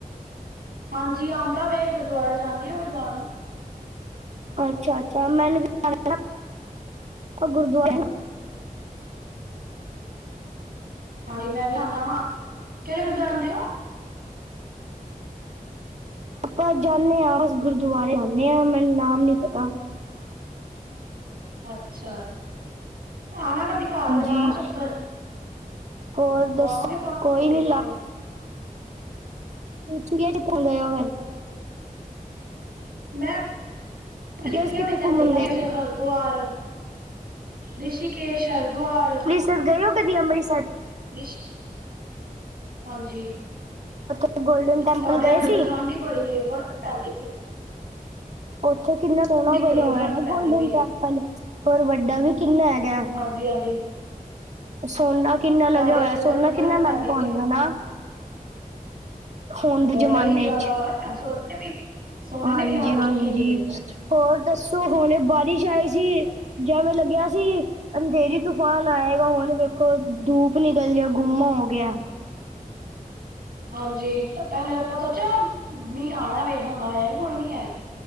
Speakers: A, on the right; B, on the right.
A: ਹਾਂਜੀ ਆਂਦਾ ਵੇ ਗੁਰਦੁਆਰੇ ਜਾਂਦੇ ਆ ਵਜਵਾਨ।
B: ਅੱਛਾ ਅੱਛਾ ਮੈਨੂੰ <inaudible> ਗੁਰਦੁਆ <inaudible>
A: ਹਾਂਜੀ ਮੈਂ ਵੀ ਆਨਾ ਵਾ ਕੇੜੇ ਗੁਰਦੁਆਰੇ ਆਂਦੇ ਓ?
B: ਆਪਾ ਜਾਂਨੇ ਆ ਬਸ ਗੁਰਦੁਆਰੇ ਜਾਂਨੇ ਆ ਮਨੂੰ ਨਾਮ ਨੀ ਪਤਾ।
A: ਅੱਛਾ ਆਣਾ ਕਦੀ। ਘਾਰ
B: ਹਾਂਜੀ
A: ਲਗਾਣਾ ਚੱਕਰ
B: ਹੋਰ
A: ਖੁਆਵਾਂਗੇ
B: ਦੱਸੋ
A: ਤੁਆਨੂੰ
B: ਕੋਈ
A: ਰੋਟੀ
B: ਨੀ
A: ਪਾਣੀ।
B: ਚੁੜੀਆ ਦੇਖਨ ਗਏ ਓ ਫੇਰ?
A: ਮੈਂ ਤੇ ਛੁੱਟੀਆਂ
B: ਚ ਕਿੱਥੇ
A: ਵਿੱਚ ਐਥੇ
B: ਘੁੰਮਣ ਗਏ ਸੀ
A: ਹਰਦੁਆਰ। ਰਿਸ਼ੀਕੇਸ਼ ਹਰਦੁਆਰ।
B: ਸ ਗਏ ਓ ਕਦੀ ਗਏ ਓ ਅੰਮ੍ਰਿਤਸਰ?
A: ਰਿਸ਼ ਹਾਂਜੀ।
B: ਅੱਛਾ ਗੋਲਡਨ ਟੈਂਪਲ
A: ਸਾਡੇ ਐਥੇ
B: ਗਏ ਸੀ
A: ਤੇ ਠੰਡ ਈ ਬੜੀ ਏ ਬਰਫ਼ ਪੈਂਦੀ ਪੀ।
B: ਓਥੇ ਕਿੰਨਾ ਸੋਨਾ ਬਨਆ
A: ਬੜੀ
B: ਹੋਆ
A: ਬਰਫ਼
B: ਏ ਨਾ
A: ਪੈਂਦੀ
B: ਗੋਲਡਨ
A: ਪਈ ਏ
B: ਟੈਂਪਲ ਓਰ ਵੱਡਾ ਵੀ। ਕਿੰਨਾ ਹੈਗਾ ਐ?
A: ਹਾਂਜੀ ਹਾਂਜੀ।
B: ਸੋਨਾ ਕਿੰਨਾ ਲੱਗਆ
A: ਸਾਡੇ
B: ਹੋਆ
A: ਇੱਥੇ ਤੇ
B: ਸੋਨਾ
A: ਬਰਫ਼
B: ਕਿੰਨਾ ਮੈਂਗਾ
A: ਪੈਂਦੀ
B: ਹੋਏਗਾ
A: ਪਈ ਏ
B: ਨਾ। ਹੁਣ ਦੇ
A: ਬੜਾ
B: ਜ਼ਮਾਨੇ
A: ਈ ਜਾਦਾ
B: ਚ
A: ਐ ਸੋਨੇ ਨੇ ਵੀ ਸੋਨੇ
B: ਹਾਂਜੀ-ਹਾਂਜੀ,
A: ਨੇ ਵੀ ਹੱਦ ਚੱਕੀ ਦੀ ਏ।
B: ਹੋਰ ਦੱਸੋ ਹੁਨੇ ਬਾਰਿਸ਼ ਆਈ ਸੀ ਜੇਵੇ ਲੱਗਆ ਸੀ ਅੰਧੇਰੀ ਤੂਫਾਨ ਆਏਗਾ ਹੁਨ ਵੇਖੋ ਧੂਪ ਨਿਕਲ ਗਆ ਗੁੰਮਾ ਹੋ ਗਆ।
A: ਹਾਂਜੀ ਤੇ ਪੈਲੇ ਆਪਾ ਸੋਚਆ ਮੀ ਆਣਾ ਵੇ ਹੁਣ ਆਆ ਕੋਈ ਨੀ ਹੈ।